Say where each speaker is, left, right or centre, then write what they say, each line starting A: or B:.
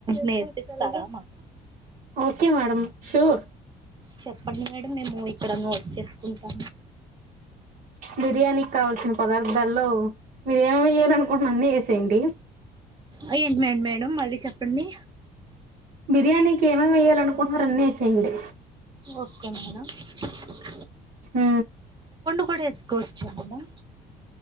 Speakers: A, on the right; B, on the right.
A: నేర్పిస్తారా మాకు
B: ఓకే మేడం ష్యూర్
A: చెప్పండి మేడం మేము ఇక్కడ నోట్ చేసుకుంటాము
B: బిర్యానికీ కావల్సిన పదార్థాల్లో మీరెమెయ్యలనుకుంటున్నారో అన్ని ఎసేయండి
A: అఏంటి మేడ్ మేడం మళ్ళీ చెప్పండి
B: బిర్యానికి ఏమేమ్ ఎయ్యాలను కుహరన్నెసేయండి
A: ఓకే మేడం <unintelligible> <inaudible>
B: ఉ
A: ప్పుడు వేసుకోొచ్చ మేడం